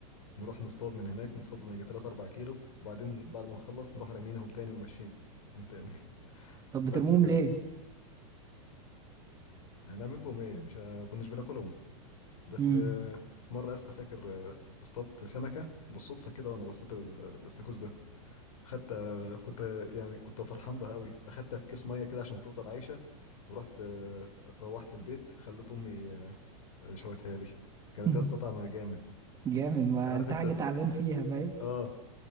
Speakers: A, on the left; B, on the right.
A: نروح نصطاد من هناك نصطاد لنا يجي 3 4 كيلو وبعدين بعد ما نخلص نروح رامينهم تاني وماشيين تاني <laughs>
B: طب بترموهم
A: بس كده
B: ليه
A: هنعمل بهم ايه مش ه- ما كناش بناكلهم بس
B: مم.
A: آه، في مره يا اسطى فاكر آه، اصطدت سمكه بالصدفه كده وانا بصطاد ال- الاستاكوز ده خدت آه، كنت آه، يعني كنت فرحان بها قوي فخدتها في كيس ميه كده عشان تفضل عايشه ورحت آه، روحت البيت خليت امي آه، شوتها لي
B: <laughs>
A: كانت يا اسطى طعمها جامد
B: جامد ما
A: عارف
B: انت
A: انت
B: حاجة
A: ال...
B: تعبان فيها فاهم
A: اه